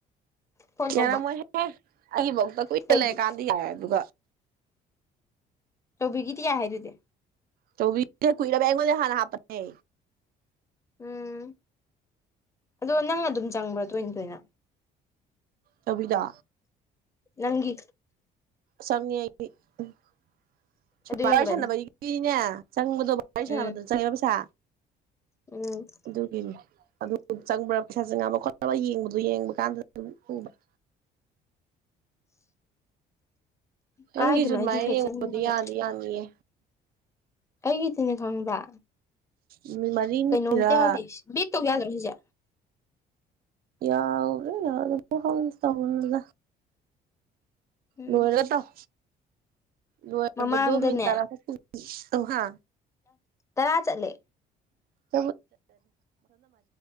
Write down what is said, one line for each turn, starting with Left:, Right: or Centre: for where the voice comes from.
Left: ꯐꯣꯟ ꯇꯧꯕ
Right: ꯌꯥꯔꯝꯃꯣꯏꯍꯦ ꯑꯩꯒꯤꯐꯧꯗ ꯀꯨꯏꯅ
Left: ꯀꯩꯒꯤ
Right: ꯂꯩꯔꯀꯥꯟꯗꯤ ꯌꯥꯏ ꯑꯗꯨꯒ
Left: ꯆꯧꯕꯤꯒꯤꯗꯤ ꯌꯥꯏ ꯍꯥꯏꯗꯨꯗꯤ
Right: ꯆꯧꯕꯤꯒ ꯀꯨꯏꯔꯝꯅꯦ ꯑꯩꯉꯣꯟꯗꯩ ꯍꯥꯟꯅ ꯍꯥꯞꯄꯅꯦ
Left: ꯎꯝ ꯑꯗꯣ ꯅꯪ ꯑꯗꯨꯝ ꯆꯪꯕ꯭ꯔꯣ ꯇꯣꯏꯅ ꯇꯣꯏꯅ
Right: ꯆꯧꯕꯤꯗꯣ
Left: ꯅꯪꯒꯤ
Right: ꯆꯪꯉꯦ ꯑꯩꯗꯤ <unintelligible>
Left: ꯑꯗꯨ
Right: ꯋꯥꯔꯤ
Left: ꯌꯨꯝꯒꯅꯤ
Right: ꯁꯥꯟꯅꯕꯩꯗꯤꯅꯦ ꯆꯪꯕꯗꯣ ꯋꯥꯔꯤ ꯁꯥꯟꯅꯕꯗ
Left: ꯎꯝ
Right: ꯆꯪꯉꯦꯕ ꯄꯩꯁꯥ
Left: ꯎꯝ
Right: ꯑꯗꯨꯒꯤꯅꯤ ꯑꯗꯨ ꯆꯪꯕ꯭ꯔꯥ ꯄꯩꯁꯥ ꯆꯪ ꯉꯕ ꯈꯣꯠꯄꯒ ꯌꯦꯡꯕꯗꯨ ꯌꯦꯡꯕ ꯀꯥꯟꯗ ꯑꯗꯨꯝ <unintelligible> ꯅꯪꯒꯤꯁꯨ
Left: ꯀꯥꯏꯗꯅꯣ
Right: ꯑꯗꯨꯃꯥꯏꯅ
Left: ꯑꯩꯗꯤ ꯍꯦꯛ ꯆꯪꯕꯒ
Right: ꯌꯦꯡꯕꯗꯤ ꯌꯥꯗꯤ ꯌꯥꯅꯤꯌꯦ
Left: ꯑꯩꯒꯤꯗꯤꯅꯦ ꯈꯪꯕ꯭ꯔꯥ
Right: ꯅꯨꯃꯤꯠ ꯃꯔꯤꯅꯤꯔꯥ
Left: ꯀꯩꯅꯣꯝꯇ ꯌꯥꯎꯗꯦ ꯕꯦꯛꯇꯧ ꯌꯥꯗ꯭ꯔꯣ ꯁꯤꯁꯦ
Right: ꯌꯥꯕ ꯌꯥꯗꯕ꯭ꯔ ꯈꯪꯗꯦ ꯇꯧꯅꯨꯗ
Left: ꯎꯝ
Right: ꯂꯣꯏꯔꯒ ꯇꯧ ꯂꯣꯏꯕꯗꯣ
Left: ꯃꯃꯥꯡꯗꯅꯦ
Right: ꯃꯤꯟ <unintelligible>
Left: ꯇꯔꯥ ꯆꯠꯂꯦ
Right: <unintelligible>